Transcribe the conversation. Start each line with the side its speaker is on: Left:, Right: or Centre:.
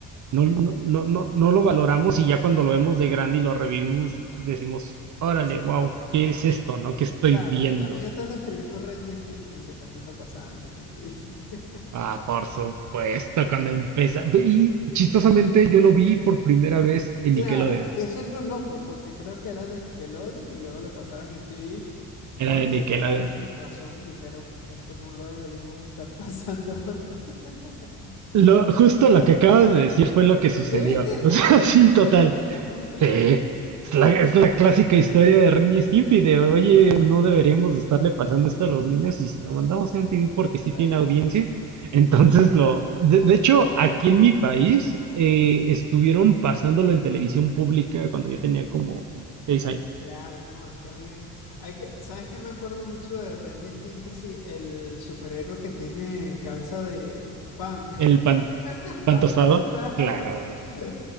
Right: No, no, no, no, no lo valoramos y ya cuando lo vemos de grande y lo revivimos, decimos, órale,
Left: sí,
Right: wow, ¿qué es esto, no? ¿Qué estoy
Left: claro.
Right: viendo?
Left: También estás describiendo Ren y Stimpy, que también lo pasaban en MTV. <laughs>
Right: Ah, por supuesto, cuando empieza. Ve- Y chistosamente yo lo vi por primera vez en
Left: Claro,
Right: Nickelodeon.
Left: que eso es lo loco, porque creo que era de Nickelodeon y luego lo pasaron en MTV
Right: Era
Left: Porque
Right: de Nickelodeon.
Left: entraron en razón y dijeron, esto no lo deberíamos estar pasando. <laughs>
Right: Lo, justo lo que acabas de decir fue lo que sucedió.
Left: ¿Sí?
Right: O sea,
Left: <laughs>
Right: <laughs> sí, total. Sí. Es la, es la clásica historia de Ren y Stimpy de, oye, no deberíamos estarle pasando esto a los niños y si lo mandamos a MTV porque sí
Left: Claro,
Right: tiene audiencia, entonces lo... De, de hecho, aquí en mi país eh, estuvieron pasándolo en televisión pública cuando yo tenía como seis años.
Left: claro, no, es que habían, hay que, ¿sabes qué? Me acuerdo mucho de Ren y Stimpy, sí, el superhéroe que tiene cabeza de pan, <laughs>
Right: El pan, pan
Left: pan
Right: tostado,
Left: tostado.
Right: claro.
Left: <laughs>